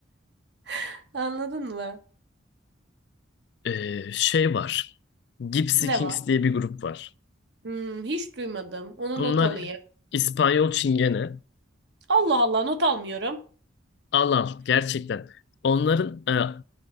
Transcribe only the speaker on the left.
Ee, şey var. Gypsy
Kings
diye bir grup var.
Bunlar
İspanyol Çingene.
Al al gerçekten. Onların e,